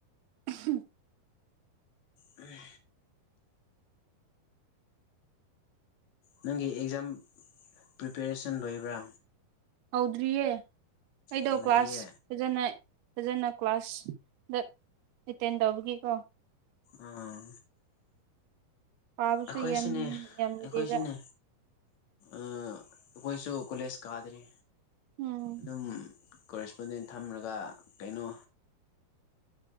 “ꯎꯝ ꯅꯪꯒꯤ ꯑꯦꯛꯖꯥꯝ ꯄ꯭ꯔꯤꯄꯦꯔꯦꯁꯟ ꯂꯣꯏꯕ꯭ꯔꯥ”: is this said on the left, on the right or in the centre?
Left